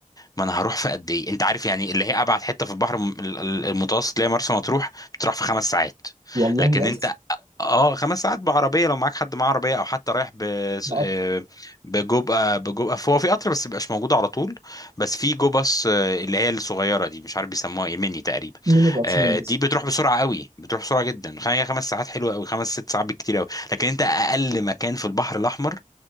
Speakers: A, on the left; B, on the right.
A: ما انا هروح في قد ايه انت عارف يعني اللي هي ابعد حته في البحر الم- ال- ال- المتوسط اللي هي مرسى مطروح بتروح في خمس ساعات
B: والله
A: لكن انت
B: بس
A: اه خمس ساعات بعربيه لو معاك حد معاه عربيه او حتى رايح ب
B: بقطر
A: آه، بجو آه، بجو آه، هو في قطر بس مبيبقاش موجود على طول بس في جو باص آه، اللي هي الصغيره دي مش عارف بيسموها ايه ميني تقريبا
B: ميني بس
A: آه،
B: ميني
A: دي
B: بس
A: بتروح بسرعه قوي بتروح بسرعه جدا خ- هي خمس ساعات حلوه قوي خمس ست ساعات بالكتير قوي لكن انت اقل مكان في البحر الاحمر